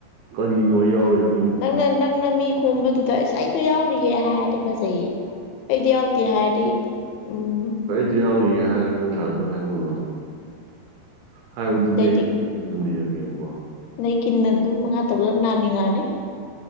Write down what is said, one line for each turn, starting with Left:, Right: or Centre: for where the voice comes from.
Right: ꯀꯔꯤꯅꯣ ꯑꯩ ꯌꯥꯎꯔꯣꯏꯅ
Left: ꯅꯪꯅ ꯅꯪꯅ ꯃꯤ ꯈꯣꯝꯕꯗꯨꯗ ꯏꯁ ꯑꯩꯖꯨ ꯌꯥꯎꯔꯤꯌꯦ ꯍꯥꯏꯔꯗꯤ ꯐꯖꯩꯌꯦ ꯑꯩꯗꯤ ꯌꯥꯎꯇꯦ ꯍꯥꯏꯔꯗꯤ ꯎꯝ
Right: ꯖꯨ ꯌꯥꯎꯔꯤꯌꯦ ꯍꯥꯏꯔꯒ ꯄꯩꯁꯥꯗꯨ ꯅꯪꯅ ꯍꯦꯛ ꯍꯨꯜꯂꯣ ꯍꯥꯏꯕꯗꯨꯗꯤ
Left: ꯑꯗꯩꯗꯤ
Right: ꯑꯩ ꯗꯝꯕꯤꯔꯒꯦꯕꯒꯣ
Left: ꯅꯩ ꯀꯤꯟꯅ ꯑꯗꯨꯝ ꯃꯉꯥ ꯇꯔꯨꯛꯂꯛ ꯅꯥꯅꯤꯡꯉꯥꯅꯤ